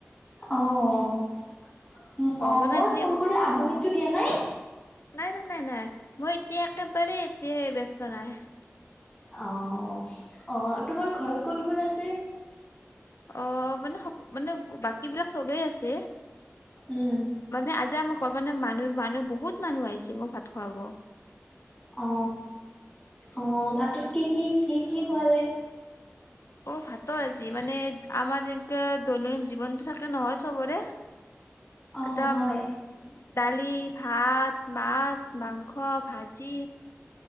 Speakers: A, on the left; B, on the left.
A: অহ। অ
B: মানে
A: মই
B: আজি
A: ফোন কৰি আমনিটো
B: অ
A: দিয়া নাই
B: নাই নাই নাই মই এতিয়া একেবাৰে এতিয়া ব্যস্ত নাই।
A: অহ। অ তোমাৰ ঘৰত কোন কোন আছে।
B: অ মানে স, মানে বাকী বিলাক চবেই আছে।
A: উম
B: মানে আজি আমাক ক'বানে মানুহ। মানুহ বহুত মানুহ আহিছে মোক ভাত খোৱাব।
A: অ অ ভাতত কি কি? কি কি খোৱাালে?
B: অ ভাতৰ আজি মানে, আমাৰ যেনেকৈ দৈনন্দিন জীৱনটো থাকে নহয় চবৰে।
A: অ
B: এটা
A: হয়
B: উ ডালি ভাত মাছ। মাংস, ভাজি।